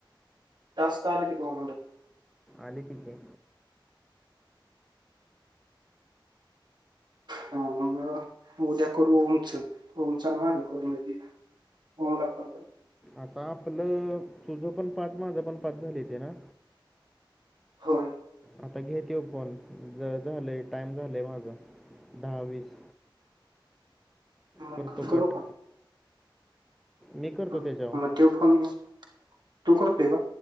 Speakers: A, on the right (about 60°); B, in the centre.
A: त्यास्था पवो
B: आले ठीक आहे
A: हा मग उद्या करून उंच ंचाल करून बोड आपणून
B: आता आपलं तुझ पण पाच माझं पण पाच झाली ते ना
A: हो
B: आता घेत ये ओपन ज झालंय टाइम झालाय माझं दहावीीस
A: मग
B: करतकट
A: करू का
B: मी करतो
A: मग
B: त्याच्यावर
A: तो फोन तू करतोय का